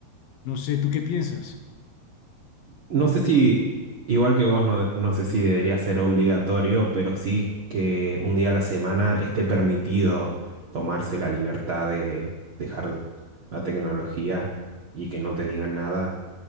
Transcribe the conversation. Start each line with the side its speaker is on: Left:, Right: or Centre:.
Left: No sé, ¿tú qué piensas?
Right: No sé si, igual que vos, no, no sé si debería ser obligatorio, pero sí que un día a la semana esté permitido tomarse la libertad de dejar la tecnología y que no te digan nada,